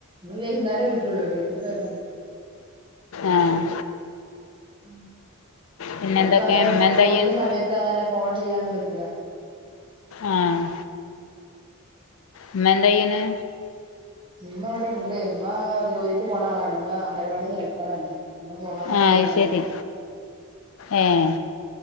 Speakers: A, on the right; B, on the left.
A: ഇനി വൈകും നേരവേ വിളിക്കുള്ളൂ ഡ്യൂട്ടി പോയതാണ്.
B: ആഹ്
A: ഉ
B: പിന്നെ
A: അണ്ടപ്പോ
B: എന്തൊക്കെ
A: അങ്ങനെ
B: ഉമ്മ എന്താ
A: ജോലിെ
B: ചെയ്യണ്
A: സമയത്ത് അങ്ങനെ ഫോൺ ചെയ്യാാനന്നന്ന് പറ്റീലാ
B: ആഹ് ഉമ്മ എന്ത് ചെയ്യാന്
A: ഇമ്മ ഇവിടെ ഉണ്ട് ഇമ്മ ജോലിക്ക് പോകണ ആളാണ് ഇമ്മ അംഗണവാടി ഹെൽപ്പറാണ് ഉമ്മ പോവാനൊക്കെ
B: ആഹ്
A: ഒരുങ്ങാണ്
B: അത് ശരി ഏഹ്